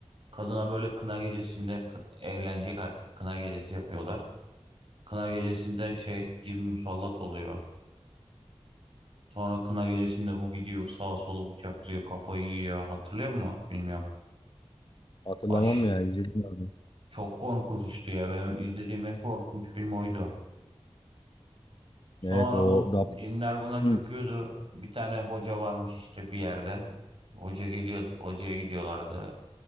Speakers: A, on the right; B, on the left.
A: Kadına böyle kına gecesinde k- evlenecek artık kına gecesi yapıyorlar. Kına gecesinde şey cin musallat oluyor. Sonra kına gecesinde bu gidiyor sağa solu bıçaklıyor kafayı yiyor. Hatırlıyor musun? Bilmiyorum.
B: Hatırlamam
A: Aşı,
B: ya izledim abi.
A: Çok korkunçtu ya. Benim izlediğim en korkunç film oydu. Sonra
B: Evet o
A: bu
B: Dabbe.
A: cinler buna çöküyordu.
B: Hı.
A: Bir tane hoca varmış işte bir yerden. Hoca geliyor, hocaya gidiyorlardı.